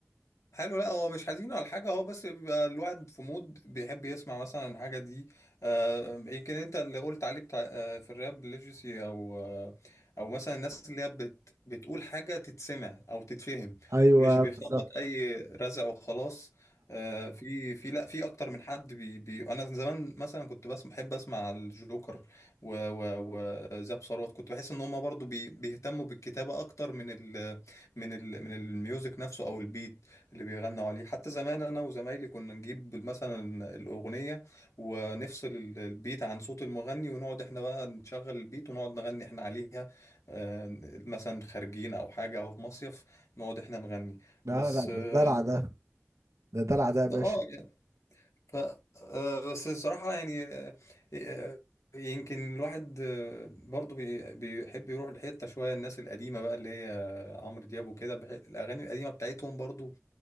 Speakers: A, on the left (about 80°); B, on the right (about 70°).
A: حلو لا هو مش حزين ولا حاجة هو بس بيبقى الواحد في مود بيحب يسمع مثلا الحاجة دي آه يمكن انت اللي قلت عليه بتاع آه في الراب ليجسي او آه او مثلا الناس اللي هي بت بتقول حاجة تتسمع او تتفهم
B: ايوه
A: مش بيخبط
B: بالظبط
A: اي رزع وخلاص آه في في لا في اكتر من حد بي بي انا زمان مثلا كنت بس بحب اسمع الجوكر و- و- وزاب ثروت كنت بحس ان هم برضو بي بيهتموا بالكتابة اكتر من ال من ال من الميوزك نفسه او البيت اللي بيغنوا عليه حتى زمان انا وزمايلي كنا نجيب مثلا الاغنيه ونفصل ال- البيت عن صوت المغني ونقعد احنا بقى نشغل البيت ونقعد نغني احنا عليها آه، مثلا خارجين او حاجه او في مصيف نقعد احنا نغني
B: لا
A: بس
B: لا
A: اه
B: ده دلع ده ده دلع ده يا
A: ده-
B: باشا
A: آه، يعني ف آه، بس الصراحه يعني آه، آه، يمكن الواحد آه، برضو بي- بيحب يروح لحته شويه الناس القديمه بقى اللي هي عمرو دياب وكده بح- الاغاني القديمه بتاعتهم برضو